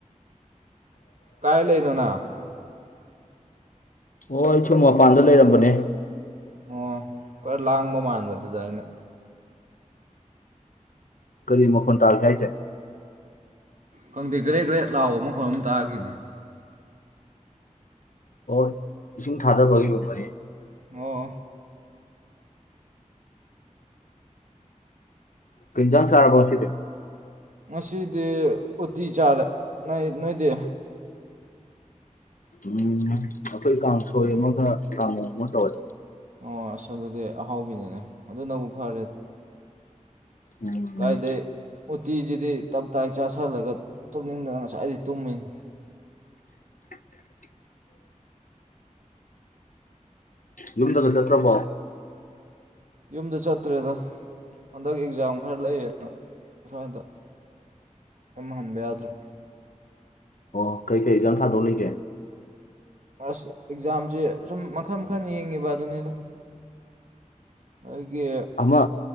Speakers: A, on the right; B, on the left.
A: ꯀꯥꯏ ꯂꯩꯅꯣꯅꯪ
B: ꯑꯣ ꯆꯨꯝ ꯃꯄꯥꯟꯗ ꯂꯩꯔꯝꯕꯅꯦ
A: ꯑꯣ ꯈꯔ ꯂꯥꯡꯕ ꯃꯥꯟꯕꯗꯨꯗ ꯑꯩꯅ
B: ꯀꯔꯤ ꯃꯈꯣꯟ ꯇꯥꯒꯦ ꯍꯥꯏꯁꯦ
A: ꯈꯪꯗꯦ ꯒ꯭ꯔꯦꯠ ꯒ꯭ꯔꯦꯠ ꯂꯥꯎꯕ ꯃꯈꯣꯏ ꯑꯃ ꯇꯥꯒꯤꯅꯦ
B: ꯑꯣ ꯏꯁꯤꯡ ꯊꯥꯗꯕꯒꯤ <unintelligible> ꯅꯤ
A: ꯑꯣ
B: ꯀꯩ ꯏꯟꯖꯥꯡ ꯆꯥꯔꯕ ꯉꯁꯤꯗꯤ
A: ꯉꯗꯤ ꯎꯇꯤ ꯆꯥꯔꯦ ꯅꯣꯏꯗꯤ
B: ꯎꯝ ꯑꯩꯈꯣꯏ ꯀꯥꯡꯁꯣꯏ ꯑꯃꯒ ꯀꯥꯡꯍꯧ ꯑꯃꯒ ꯇꯧꯋꯦ
A: ꯑꯣ ꯑꯁ ꯑꯗꯨꯗꯤ ꯑꯍꯥꯎꯕꯤꯅꯤꯅꯦ ꯑꯗꯨ ꯅꯕꯨ ꯐꯔꯦ
B: ꯎꯝ
A: ꯀꯥꯏꯗꯩ ꯎꯇꯤꯁꯤꯗꯤ ꯇꯞꯇꯥꯏ ꯆꯥꯥꯁꯜꯂꯒ ꯇꯨꯝꯅꯤꯡꯗꯅ ꯉꯁꯥꯏꯗꯩ ꯇꯨꯝꯃꯤꯅꯤ
B: <inaudible> ꯌꯨꯝꯗꯒ ꯆꯠꯇ꯭ꯔꯕꯣ
A: ꯌꯨꯝꯗ ꯆꯠꯇ꯭ꯔꯦꯗ ꯍꯟꯗꯛ ꯑꯦꯛꯖꯥꯝ ꯈꯔ ꯂꯩꯌꯦꯗꯅ ꯑꯁ꯭ꯋꯥꯏꯗ ꯌꯨꯝ ꯍꯟꯕ ꯌꯥꯗ꯭ꯔꯦ
B: ꯑꯣ ꯀꯩꯀꯩ ꯑꯦꯛꯖꯥꯝ ꯊꯥꯗꯧ ꯂꯩꯒꯦ
A: ꯑꯁ ꯑꯦꯛꯖꯥꯝꯁꯦ ꯁꯨꯝ ꯃꯈꯟ ꯃꯈꯜ ꯌꯦꯡꯉꯤꯕ ꯑꯗꯨꯅꯤꯗ ꯑꯩꯒꯤ
B: ꯑꯃ